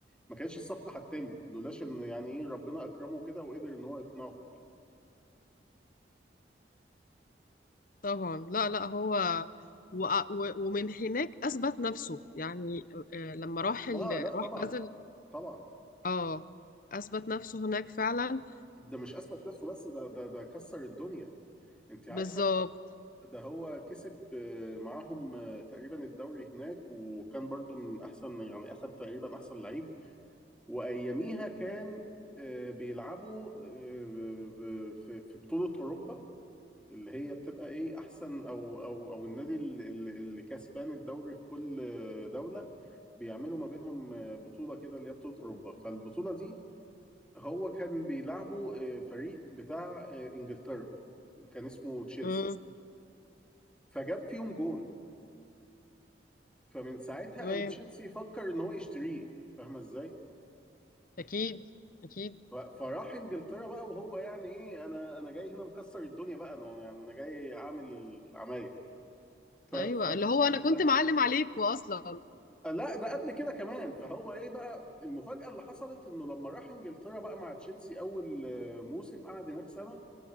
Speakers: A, in the centre; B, on the left.
A: ما كانش الصفقه هتتم لولاش ان يعني ايه ربنا اكرمه كده وقدر ان هو يقنعهم يعني.
B: طبعا لا لا هو و... و... ومن هناك اثبت نفسه يعني آه، لما راح ال...
A: اه لا طبعا
B: راح بازل
A: طبعا
B: اه اثبت نفسه هناك فعلا
A: ده مش اثبت نفسه بس ده ده ده كسر الدنيا انت عارفه
B: وبالظبط
A: ده هو كسب آه، معاهم آه، تقريبا الدوري هناك وكان برضو من احسن يعني اخد تقريبا احسن لعيب واياميها كان آه، بيلعبوا آه، ب- في في بطولة اوروبا اللي هي بتبقى ايه احسن او او او النادي اللي, اللي اللي كسبان الدوري في كل آه، دولة بيعملوا ما بينهم آه، بطولة كده اللي هي بطولة اوروبا فالبطولة دي هو كان بيلعبوا آه، فريق بتاع آه، انجلترا كان اسمه تشيلسي
B: امم
A: فجاب فيهم جون فمن ساعتها
B: تمام
A: قام تشيلسي فكر ان هو يشتريه فاهمه ازاي
B: اكيد اكيد
A: ف- فراح انجلترا بقى وهو يعني ايه انا انا جاي هنا مكسر الدنيا بقى انا يعني انا جاي اعمل العمايل ف...
B: ايوه
A: ف... ف...
B: اللي هو انا كنت
A: ف...
B: معلم عليكوا اصلا
A: لا ده قبل كده كمان فهو ايه بقى المفاجأة اللي حصلت انه لما راح انجلترا بقى مع تشيلسي اول آه، موسم قعد هناك سنة